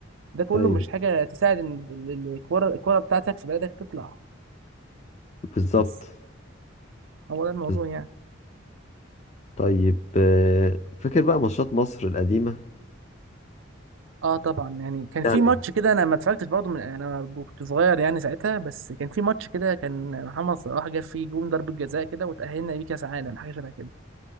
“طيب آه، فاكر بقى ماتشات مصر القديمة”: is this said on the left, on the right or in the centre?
Left